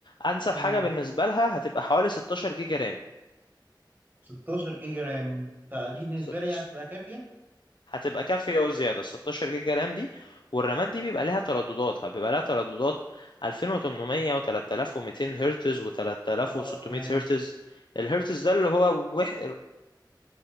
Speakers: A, on the left; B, on the right.
A: انسب
B: تمام
A: حاجة بالنسبة لها هتبقى حوالي 16 جيجا رام
B: 16 جيجا رام ده دي بالنسبه
A: ست-
B: لي يعني تبقى كافيه
A: هتبقى كافية وزيادة 16 جيجا رام دي والرامات دي بيبقى لها ترددات بيبقى لها ترددات 2800 و3200 هرتز و3600
B: اه تمام
A: هرتز الهرتز ده اللي هو وح...